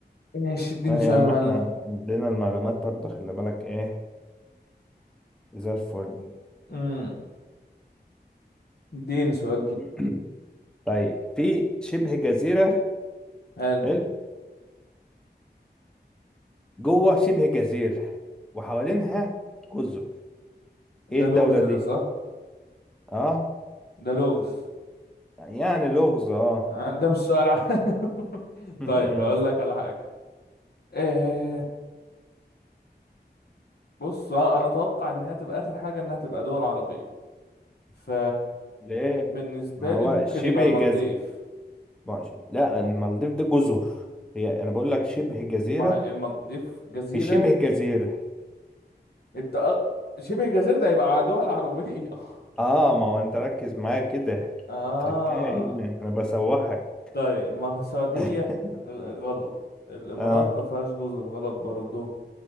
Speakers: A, on the left; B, in the centre.
A: ماشي اديني
B: هاي
A: سؤال
B: يا عم
A: يا معلم
B: احنا عندنا المعلومات برضه خلي بالك ايه زي الفل
A: امم اديني سؤال كده
B: <clears throat> طيب في شبه جزيرة
A: حلو
B: حلو جوه شبه جزيرة وحوالينها جزر ايه
A: ده
B: الدولة
A: لغز
B: دي
A: ده صح
B: اه
A: ده لغز
B: يعني لغز اه
A: آه، ده مش سؤال عام <laughs>
B: <laughs>
A: طيب اقول لك على حاجه آه بص آه، انا اتوقع ان هي تبقى اخر حاجه انها تبقى دول عربيه ف
B: ليه
A: بالنسبه
B: ما
A: لي
B: هو
A: ممكن
B: شبه
A: يبقى المالديف
B: جزيرة ماشي. لا المالديف دي جزر هي انا بقول لك شبه جزيرة
A: ما المالديف جزيره
B: في شبه جزيرة
A: انت أ- شبه جزيره ده يبقى دول عربيه <laughs>
B: اه ما هو انت ركز معايا كده
A: اه
B: التركية هنا انا بسوحك
A: طيب ما هو السعودية
B: <laughs>
A: آه، غلط الإمارات
B: اه
A: ما فيهاش جزر غلط برضه